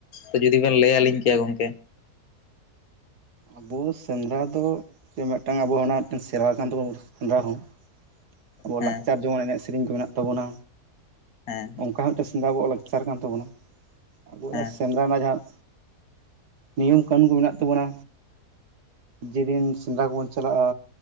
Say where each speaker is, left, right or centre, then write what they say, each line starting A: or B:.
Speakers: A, on the left (about 65°); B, on the right (about 80°).
A: ᱦᱚ ᱡᱩᱫᱤ ᱵᱮᱱ ᱞᱟᱹᱭ ᱞᱤᱧ ᱠᱮᱭᱟ ᱜᱚᱝᱠᱮ
B: ᱟᱵᱚ ᱥᱮᱸᱫᱽᱨᱟ ᱫᱚ ᱡᱮ ᱢᱤᱜᱴᱟᱝ ᱟᱵᱚ ᱚᱱᱟ ᱢᱤᱜᱴᱟᱝ ᱥᱮᱨᱚᱣᱟ ᱠᱟᱱ ᱛᱟᱹᱵᱩ ᱣᱟ ᱥᱮᱸᱫᱽᱨᱟ ᱦᱚᱸ ᱟᱵᱚᱣᱟᱜ
A: ᱦᱮᱸ
B: ᱞᱟᱠᱪᱟᱨ ᱡᱮᱢᱚᱱ ᱮᱱᱮᱡ ᱥᱮᱨᱮᱧ ᱠᱚ ᱢᱮᱱᱟᱜ ᱛᱟᱵᱚᱱᱟ
A: ᱦᱮᱸ
B: ᱚᱝᱠᱟ ᱦᱚᱸ ᱢᱤᱜᱴᱮᱱ ᱥᱮᱸᱫᱽᱨᱟ ᱟᱵᱚᱣᱟᱜ ᱞᱟᱠᱪᱟᱨ ᱠᱟᱱ ᱛᱟᱵᱚᱱᱟ ᱟᱵᱚ
A: ᱦᱮᱸ
B: ᱥᱮᱸᱫᱽᱨᱟ ᱨᱮᱱᱟᱜ ᱡᱟᱦᱟᱸ ᱱᱤᱭᱚᱢ ᱠᱟᱹᱱᱩᱱ ᱠᱚ ᱢᱮᱱᱟᱜ ᱛᱟᱵᱚᱱᱟ ᱡᱮ ᱫᱤᱱ ᱥᱮᱸᱫᱽᱨᱟ ᱠᱚᱵᱚᱱ ᱪᱟᱞᱟᱜᱼᱟ